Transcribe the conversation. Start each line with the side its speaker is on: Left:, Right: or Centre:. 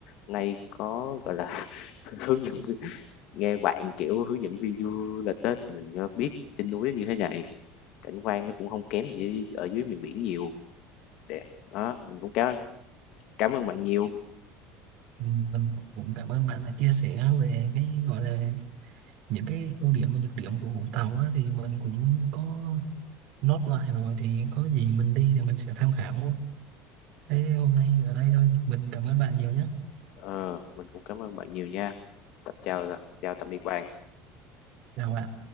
Left: nay có, gọi là, <laughs> hướng dẫn viên nghe bạn, kiểu, hướng dẫn viên du lịch á thì mình, ơ, biết trên núi như thế này, cảnh quan nó cũng không kém gì ở dưới miền biển nhiều, đẹp. Đó, mình cũng cảm cảm ơn bạn nhiều,
Right: mình cũng cảm ơn bạn đã chia sẻ về cái gọi là những cái ưu điểm và nhược điểm của Vũng Tàu á, thì mình cũng có nốt lại rồi thì có gì mình đi thì mình sẽ tham khảo thế hôm nay ở đây thôi mình cảm ơn bạn nhiều nhé
Left: ờ, mình cũng cảm ơn bạn nhiều nha. tập chào chào tạm biệt bạn
Right: chào bạn